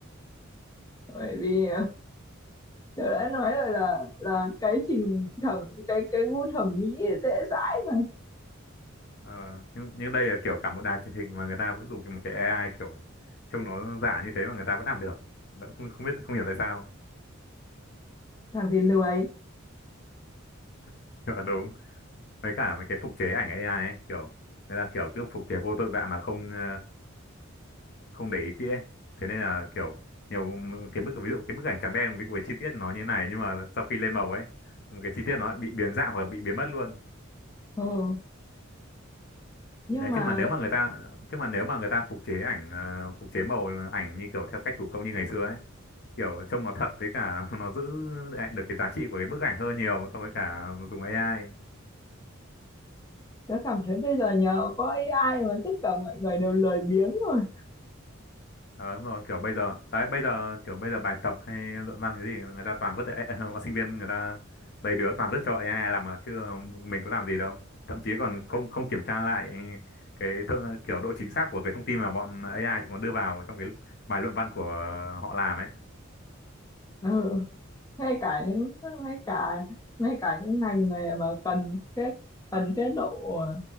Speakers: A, on the left; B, on the left.
A: bởi vì tôi đã nói rồi là là cái trình thẩm cái cái gu thẩm mỹ dễ dãi mà
B: Ờ, nhưng, nhưng đây là kiểu cả một đài truyền hình mà người ta vẫn dùng cái- một cái AI kiểu trông nó giả như thế mà người ta vẫn làm được. Đỡ- Không, không biết không hiểu tại sao.
A: làm vì lười
B: <laughs> Ờ, đúng. Với cả mấy cái phục chế ảnh AI ấy, kiểu người ta kiểu cứ phục chế vô tội vạ mà không ờ, không để ý kỹ ấy. Thế nên là kiểu nhiều m- cái bức ví dụ cái bức ảnh trắng đen với, với chi tiết nó như này nhưng mà sau khi lên màu ấy một cái chi tiết nó bị biến dạng hoặc là bị biến mất luôn.
A: ừ. nhưng
B: Đấy,
A: mà
B: chứ mà nếu mà người ta chứ mà nếu mà người ta phục chế ảnh ờ, phục chế màu ảnh như kiểu theo cách thủ công như ngày xưa ấy kiểu trông nó thật với cả <laughs> nó giữ lại được cái giá trị của cái bức ảnh hơn nhiều so với cả dùng AI
A: tôi cảm thấy bây giờ nhờ có AI mà tất cả mọi người đều lười biếng rồi
B: Ờ, đúng rồi kiểu bây giờ đấy bây giờ kiểu bây giờ bài tập hay luận văn cái gì người ta toàn vứt <laughs> AI bọn sinh viên người ta đầy đứa toàn vứt cho AI làm mà chứ mình có làm gì đâu thậm chí còn không không kiểm tra lại cái thông, kiểu độ chính xác của cái thông tin mà bọn AI chúng nó đưa vào trong cái bài luận văn của họ làm ấy
A: ừ. ngay cả những ngay cả ngay cả những ngành này mà cần cái cần cái độ ờ,